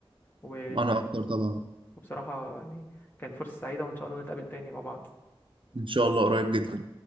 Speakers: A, on the left; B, on the right.
A: و
B: انا اكتر طبعا
A: وبصراحة يعني كانت فرصة سعيدة وإن شاء الله نتقابل تاني مع بعض
B: ان شاء الله قريب جدا